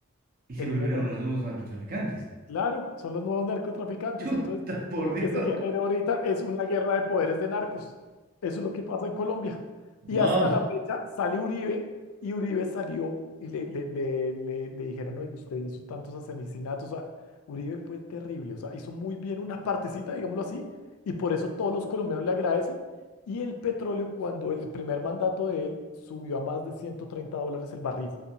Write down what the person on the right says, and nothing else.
Y se
volvieron
los nuevos narcotraficantes.
<laughs> Chuta,
por
Dios.
Wow,